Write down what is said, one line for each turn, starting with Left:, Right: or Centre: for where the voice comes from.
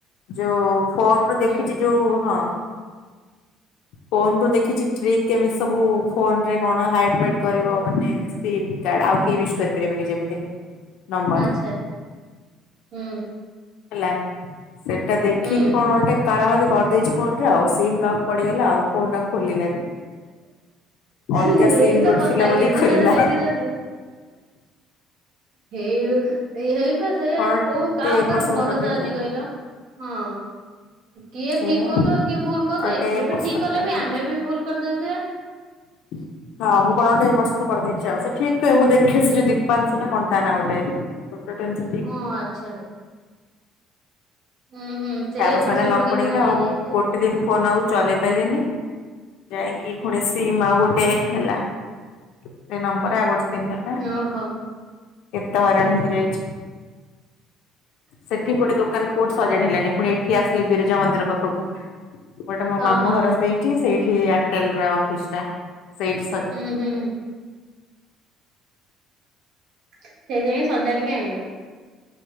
Left: ଯୋଉ ଫୋନ ରୁ ଦେଖିଛି
Right: ହୁଁ
Left: ଯୋଉ ହଁ। ଫୋନ ରୁ ଦେଖିଛି ଟ୍ରିକ କେମିତି ସବୁ ଫୋନ ରେ କଣ ହାଇଡ଼୍ ମାଇଡ଼୍ କରିବ ମାନେ ସିମ୍ କାର୍ଡ଼ ଆଉ କେହି ୟୁଜ କରିପାରିବେନି ଯେମିତି। ନମ୍ବର
Right: ଆଚ୍ଛା ହୁଁ।
Left: ହେଲା, ସେଟା ଦେଖିକି
Right: ହୁଁ
Left: କଣ ଗୋଟେ କାରାମତି କରିଦେଇଛି ଫୋନରେ ଆଉ ସିମ୍ ଲକ୍ ପଡ଼ିଗଲା ଆଉ ଫୋନ ଆଉ ଖୋଲିଲାନି। ଅଲଗା
Right: ଏଇ
Left: ସିମ୍
Right: ତ
Left: ଗୋଟେ
Right: କଥା
Left: ଥିଲା ବୋଲି
Right: ଇଆଡ଼ୁ
Left: ଖୋଲିଲା
Right: ସିଆଡ଼ୁ ଦେଖି ଦିଅନ୍ତୁ ହେ, ହେଇଠୁ ଏଇ ହେଇପା ସେଇଆ
Left: କଣ
Right: କୋଉ କାହା
Left: ଟେ
Right: ଉପରେ
Left: ଏପଟ ସେପଟ
Right: ଭରଷା
Left: କରିଦେଇଛି
Right: ଅଛି କହିଲ, ହଁ। କିଏ
Left: ଆଉ ସେଇଆ।
Right: ଠିକ କହୁଥିବ, କିଏ ଭୁଲ କହୁଥିବ,
Left: ଗୋଟେ
Right: କିଏ
Left: ଏପଟ
Right: ବି ଠିକ୍
Left: ସେପଟ
Right: କଲେ
Left: କରିଦେଇଛି।
Right: ବି ଆମେ ବି ଭୁଲ କରିଦଉ ସେୟା।
Left: <inaudible> ହଁ ମୁଁ କଣ ଗୋଟେ ଏପଟ ସେପଟ କରିଦେଇଛି, ଆଉ ସେ ଠିକ କୁହେ ମୁଁ ଦେଖେ ସିଏ ଯୋଉ ଦୀପାଂଶୁ ନା କଣ ତା ନାଁ ଗୋଟେ। ଗୋଟେ ଟେନ୍ସ
Right: ଓ ଆଚ୍ଛା। ହୁଁ ହୁଁ। ସେ
Left: ତାପରେ
Right: ଏପଟ
Left: ସଇଲା
Right: ସେପଟ
Left: ଲକ୍
Right: କେମିତି
Left: ପଡ଼ିଗଲ
Right: କଣ ହେଇଯାଇଛି
Left: ଆଉ ଗୋଟେ ଦିନ ଫୋନ ଆଉ ଚଲେଇ ପାଇଲିନି, ଯାଇଁକି ପୁଣି ସିମ୍ ଆଉ ଗୋଟେ ହେଲା। ସେଇ ନମ୍ବର ରେ ଆଉ ଗୋଟେ ସିମ୍ ହେଲା,
Right: ଓହୋ
Left: କେତେ ହଇରାଣ ହେଇକି ଯାଇଛି। ସେଠି ପୁଣି ଦୋକାନ କୋଉଠି ସଜାଡ଼ି ହେଲାନି ପୁଣି ଏଠି ଆସିଲି ବିରଜା ମନ୍ଦିର ପାଖକୁ ଏପଟେ ମୋ ମାମୁଁ
Right: ଓହୋ
Left: ଘର ସେଇଠି, ସେଇଠି ଏୟାରଟେଲ ର ଅଫିସ ଟା, ସେଇଠୁ
Right: ହୁଁ ହୁଁ। ସେଇଟି ଯାଇଁ ସଜାଡ଼ି କି ଆଇଁଲ।